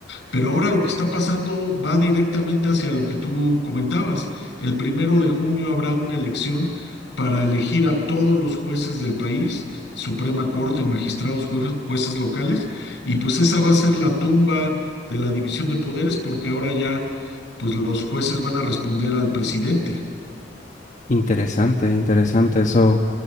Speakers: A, on the left; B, on the left.
A: pero ahora lo que está pasando va directamente hacia lo que tú comentabas. El primero de junio habrá una elección para elegir a todos los jueces del país, Suprema Corte, magistrados, jueces, jueces locales, y pues esa va a ser la tumba de la división de poderes porque ahora ya pues los jueces van a responder al presidente.
B: Interesante, interesante eso.